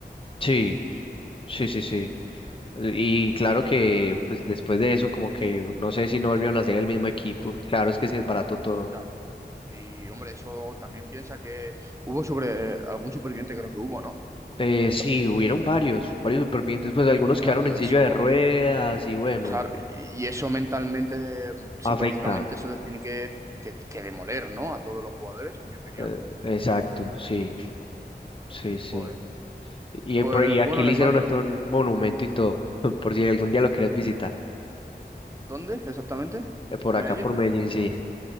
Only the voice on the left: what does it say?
Sí, sí, sí, sí. Y claro que pues después de eso como que no sé si no volvieron a ser el mismo equipo. Claro, es que sí es barato todo.
Eh, sí, hubieron varios, varios supervivientes, pues algunos
quedaron en
silla de ruedas y bueno,
afecta.
eh, exacto, sí, sí, sí.
Y,
eh, por- y aquí
le hicieron hasta un monumento y todo, <laughs> por si algún día lo quieres visitar.
Eh, Por
acá,
por Medellín, sí.